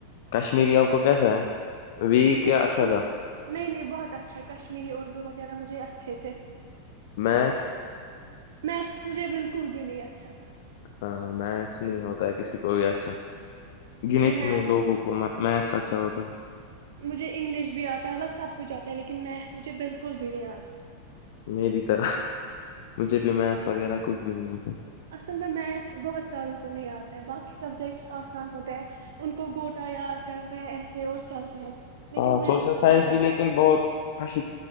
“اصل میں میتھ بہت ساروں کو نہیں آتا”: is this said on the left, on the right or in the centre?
Right